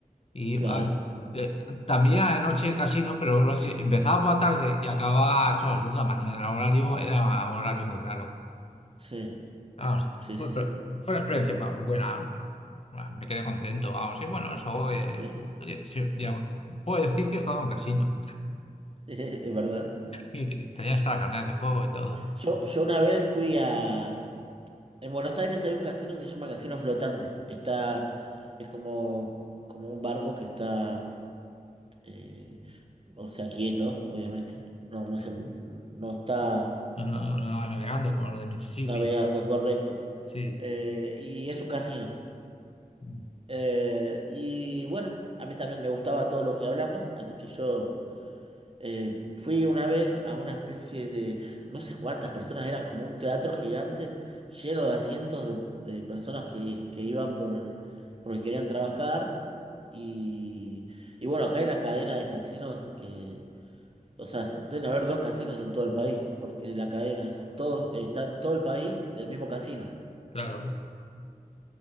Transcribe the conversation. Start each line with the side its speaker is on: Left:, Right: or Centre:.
Left: Y
Right: claro.
Left: a- eh, también anoche el casino, pero lo que- empezaba por la tarde y acababa a eso, a las dos de la mañana. El horario era un horario muy raro.
Right: Sí,
Left: Vamos,
Right: sí,
Left: fue,
Right: sí, sí.
Left: fue una experiencia ma- buena. Bueno, Me quedé contento, vamos. Y bueno, es algo que.
Right: Sí,
Left: oye, sí, ya puedo decir que he estado en un casino. <laughs>
Right: <laughs> es verdad.
Left: Y te- tenía hasta la carnet de juego y todo.
Right: Yo, yo una vez fui a... En Buenos Aires hay un casino que se llama Casino Flotante. Está... Es como, como un barco que está... eh, o sea, quieto, obviamente. No, no
Left: Mm.
Right: se, no está
Left: No, no, no, navegando con lo de Mississippi.
Right: Navegando, correcto.
Left: Sí,
Right: Eh, y es un casino.
Left: mm,
Right: Eh, y bueno, a mí también me gustaba todo lo que hablamos, así que yo eh, fui una vez a una especie de, no sé cuántas personas eran, como un teatro gigante lleno de asientos de, de personas que, que iban por el, porque querían trabajar. Y, y bueno, acá hay una cadena de casinos que, o sea, son- deben haber dos casinos en todo el país, porque la cadena, son todos, está en todo el país el mismo casino.
Left: claro.